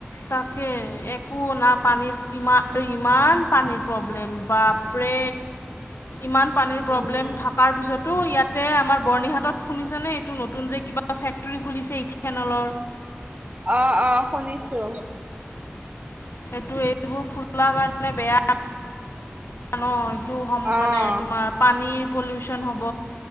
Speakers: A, on the left; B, on the right.
A: তাকে একো না পানীৰ ইমান ইমান পানীৰ প্ৰব্লেম বাৰ্পৰে। ইমান পানীৰ প্ৰব্লেম
B: উম।
A: থকাৰ পিছত তো ইয়াতে আমাৰ বৰ্ণিহাটত শুনিছানে এইটো নতুন যে কিবা ফেক্টৰী খুলিছে ইথানলৰ?
B: অ', অ', শুনিছো।
A: সেইটো এইবোৰ খোলা কাৰণে বেয়া ন এইটো
B: অ',
A: মানে তোমাৰ পানীৰ পলিউচন হ'ব,